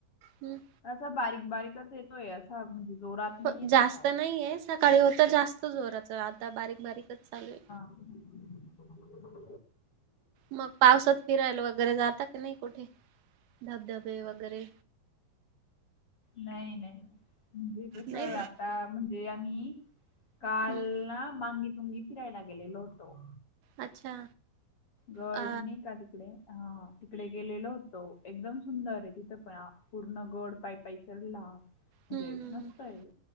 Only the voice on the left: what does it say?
असा बारीक बारीकच येतोय असा म्हणजे जोरात नाही
येते
पाऊस.
<inaudible>
नाही नाही म्हणजे कस
आता
म्हणजे आम्ही काल
ना मांगी तुंगी फिरायला गेलेलो होतो
गळणे
का तिकडे हा तिकडे गेलेलो होतो एकदम सुंदर आहे तिथं पण पूर्ण आ गड टाईप पैसरला म्हणजे
मस्त आहे